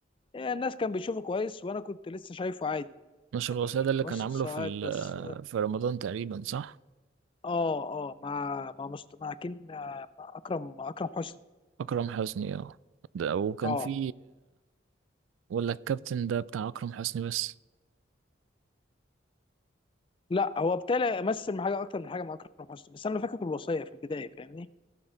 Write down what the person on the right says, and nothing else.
نشر
الوصية ده اللي
كان عامله
في ال-
في رمضان تقريبا صح؟
أكرم حسني اه ده وكان
في ولا الكابتن ده بتاع أكرم حسني بس